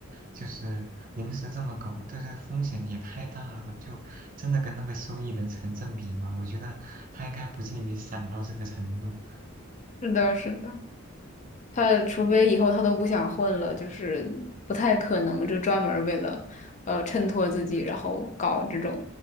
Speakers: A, on the right; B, on the left.
A: 就是临时这么搞，但是风险也太大了，就真的跟那个收益能成正比吗？我觉得他应该不至于散到这个程度。
B: 是的，是的，他除非以后他都不想混了，就是不太可能就专门儿为了呃衬托自己，然后搞这种